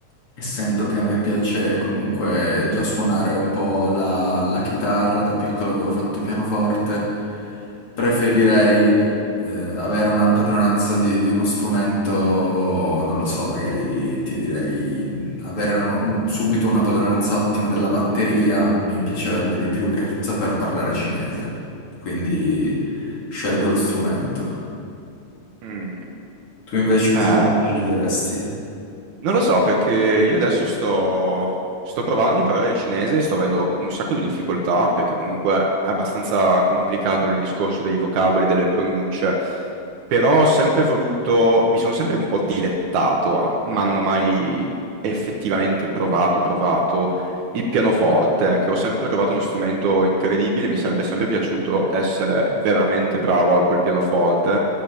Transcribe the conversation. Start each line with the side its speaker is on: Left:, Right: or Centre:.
Left: Essendo che a me piace comunque già suonare un po' la, la chitarra, da piccolo avevo fatto pianoforte, preferirei eh, avere una padronanza di, di uno strumento, non lo so, magari ti direi mh, avere una- un- subito una padronanza ottima della batteria mi piacerebbe di più che saper parlare cinese, quindi scelgo lo strumento.
Right: Mm,
Left: Tu invece cosa
Right: eh,
Left: cosa sceglieresti?
Right: Non lo so perché io adesso sto, sto provando a imparare il cinese e sto avendo un sacco di difficoltà perché comunque è abbastanza complicato il discorso dei vocaboli, delle pronunce, però ho sempre voluto, mi sono sempre un po' dilettato a, ma non ho mai effettivamente provato, provato il pianoforte, che ho sempre trovato uno strumento incredibile, mi sarebbe sempre piaciuto essere veramente bravo col pianoforte,